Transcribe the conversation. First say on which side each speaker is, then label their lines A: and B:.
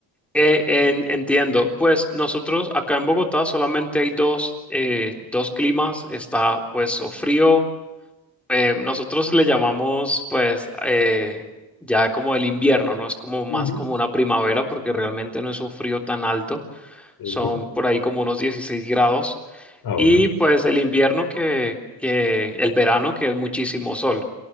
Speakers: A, in the centre; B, on the left.
A: eh, en- entiendo. Pues nosotros acá en Bogotá solamente hay dos, eh, dos climas. Está pues o frío. eh, nosotros le llamamos pues eh, ya como el invierno, ¿no? Es como más
B: Ujú,
A: como una primavera porque realmente no es un frío tan alto.
B: Sí,
A: Son
B: sí.
A: por ahí como unos 16 grados.
B: Ah,
A: Y
B: bueno.
A: pues el invierno que, que el verano que es muchísimo sol.